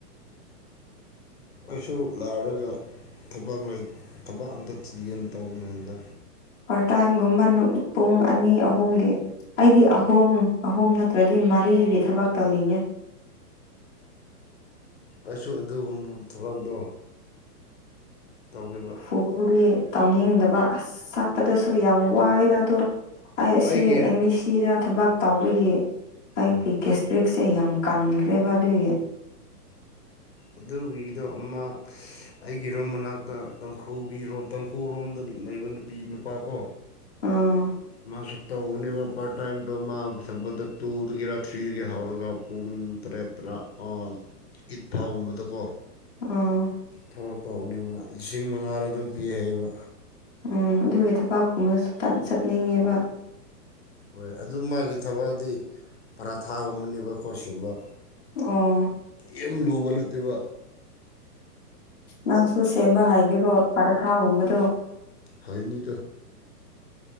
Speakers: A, on the left; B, in the centre.
A: ꯑꯩꯁꯨ ꯂꯥꯛꯔꯒ ꯊꯕꯛ ꯊꯕꯛ ꯑꯝꯇ ꯊꯤꯒꯦꯅ ꯇꯧꯕꯅꯦꯗ
B: ꯄꯥꯠ ꯇꯥꯏꯝꯒꯨꯝꯕ ꯄꯨꯡ ꯑꯅꯤ ꯑꯍꯨꯝꯒꯤ ꯑꯩꯗꯤ ꯑꯍꯨꯝ ꯑꯍꯨꯝ ꯅꯠꯇ꯭ꯔꯗꯤ ꯃꯔꯤꯒꯤ ꯊꯕꯛ ꯇꯧꯅꯤꯡꯉꯦ
A: ꯑꯩꯁꯨ ꯑꯗꯨꯒꯨꯝꯕ ꯊꯕꯛꯇꯣ ꯇꯧꯒꯦꯕ
B: ꯐꯔꯦ <inaudible> ꯇꯧꯅꯤꯡꯗꯕ ꯑꯁ ꯆꯠꯄꯗꯁꯨ ꯌꯥꯝ ꯋꯥꯏꯗ ꯑꯗꯣ ꯑꯩ ꯑꯁꯤ
A: ꯑꯩꯒꯤ
B: ꯑꯦꯝ ꯕꯤ ꯁꯤꯗ ꯊꯕꯥꯛ ꯇꯥꯎꯕꯒꯤ ꯑꯩꯒꯤ
A: ꯑꯥ
B: ꯒꯦꯁꯇ꯭ꯔꯤꯛꯁꯦ ꯌꯥꯝ ꯀꯟꯈ꯭ꯔꯦꯕ ꯑꯗꯨꯒꯤ
A: ꯑꯗꯨꯒꯤꯗꯣ ꯑꯃ ꯑꯩꯒꯤ ꯔꯣꯝ ꯃꯅꯥꯛꯇ ꯇꯪꯈꯨꯜꯒꯤ ꯇꯪꯈꯨꯜ ꯔꯣꯝꯗ ꯅꯩꯕ ꯅꯨꯄꯤ ꯅꯨꯄꯥ ꯀꯣ
B: ꯎꯝ
A: ꯃꯥꯁꯨ ꯇꯧꯕꯅꯦꯕ ꯄꯥꯔꯠ ꯇꯥꯏꯝꯗꯣ ꯃꯥꯅ ꯆꯠꯄꯗꯣ ꯇꯨꯗꯒꯦꯔꯥ ꯊ꯭ꯔꯤꯗꯒꯦ ꯍꯥꯎꯔꯒ ꯄꯨꯡ ꯇꯔꯦꯠ ꯇꯔꯥ ꯑꯣꯟ ꯏꯠ ꯐꯥꯒꯨꯝꯕꯗꯀꯣ
B: ꯎꯝ
A: ꯊꯕꯛ ꯇꯧꯕꯅꯦ ꯃꯥ ꯂꯤꯁꯤꯡ ꯃꯉꯥꯔ ꯑꯗꯨꯝ ꯄꯤ ꯍꯥꯏꯌꯦꯕ
B: ꯎꯝ ꯑꯗꯨꯒꯤ ꯊꯕꯥꯛꯀꯨꯝꯕꯗꯁꯨ ꯁꯠ ꯆꯠꯅꯤꯡꯉꯦꯕ
A: ꯍꯣꯏ ꯑꯗꯨ ꯃꯥꯒꯤ ꯊꯕꯛꯗꯤ ꯄꯔꯥꯊꯥꯒꯨꯝꯕꯅꯦꯕꯀꯣ ꯁꯤꯡꯕ
B: ꯑꯝ
A: ꯌꯥꯝ ꯂꯨꯕ ꯅꯠꯇꯦꯕ
B: ꯅꯪꯁꯨ ꯁꯦꯝꯕ ꯍꯥꯏꯒꯔꯣ ꯄꯔꯊꯥꯒꯨꯝꯕꯗꯣ
A: ꯍꯩꯅꯤꯗ